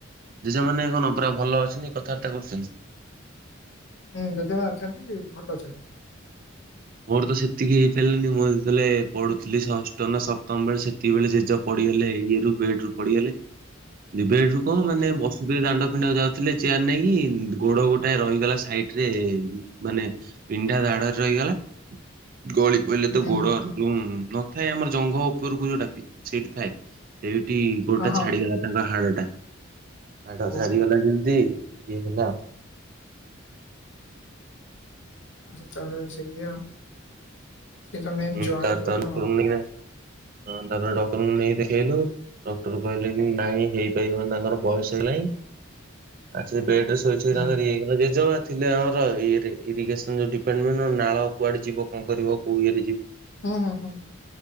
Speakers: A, on the right; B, on the left.
A: ଜେଜା ମାନେ କନ ପୁରା ଭଲ ଅଛନ୍ତି, କଥାବାର୍ତ୍ତା କରୁଛନ୍ତି?
B: ହୁଁ, ଜେଜେମା ଅଛନ୍ତି, ଭଲ ଅଛନ୍ତି।
A: ମୋର ତ ସେତିକି ହେଇଥିଲାନି। ମୁଁ ଯେତେଲେ ପଢୁଥିଲି ଷଷ୍ଠ ନା ସପ୍ତମ ବଳେ ସେ ତିକିବେଳେ ଜେଜ ପଡିଗଲେ ଇଏ ରୁ, ବେଡ଼ ରୁ ପଡିଗଲେ। ବେଡ ରୁ କଣ
B: ହଉ
A: ମାନେ
B: ହଉ
A: ବସ ଦାଣ୍ଡ ଫିଣ୍ଡାକୁ ଯାଉଥିଲେ ଚେୟାର ନେଇକି, ଗୋଡ ଗୋଟାଏ ରହିଗଲା ସାଇଟରେ, ମାନେ ପିଣ୍ଡା ଦାଢ଼ରେ ରହିଗଲା। ଗଳି ପଇଲେ ତ
B: ହୁଁ
A: ଗୋଡରେ
B: ହୁଁ
A: ଯଉଁ ନଥାଏ, ଆମର ଜଙ୍ଘ ଉପରକୁ ଯୋଉଟା ପି, ସେଇଠି ଥାଏ। ସେଇଠି ଗୋଡ଼ଟା
B: ହଁ ହଁ
A: ଛାଡିଗଲା। ତାଙ୍କ ହାଡ଼ଟା, ହାଡ଼
B: ଓହୋ।
A: ଛାରିଗଲା ଯେମତି ଇଏ ହେଲା ଆଉ।
B: ଆ ସେତେଳେ ସେଇୟା। ସେଇ ତ ମେନ୍
A: ହୁଁ
B: ଜଏଣ୍ଟ
A: ତାପରେ ତାଙ୍କ
B: ପୋବ୍ଲେମ
A: ଡକ୍ଟରଙ୍କୁ
B: ଆଉ।
A: ନେଇକିନା ହଁ, ତା'ପରେ ଡକରଙ୍କୁ ନେଇ ଦେଖେଇଲୁ। ଡକ୍ଟର କହିଲେ କି ନାଇଁ ହେଇପାରିବନି। ତାଙ୍କର ବୟସ ହେଇଗଲାଇଁ। ଆ ସେ ବେଡ଼ ଏ ଶୋଇ ଶୋଇ
B: ହୁଁ
A: ତାଙ୍କର
B: ହୁଁ
A: ଇଏ ହେଇଗଲା। ଜେଜେମା ଥିଲେ ଆମର ଇଏରେ, ଇରିଗେସନ୍ ଯୋଉ ଡିପାର୍ଟମେଣ୍ଟ ନୁହଁ, ନାଳ କୁଆଡେ ଯିବ, କଣ କରିବ, କୋଉ ଇଏରେ ଯିବ?
B: ହୁଁ ହୁଁ ହୁଁ ହୁଁ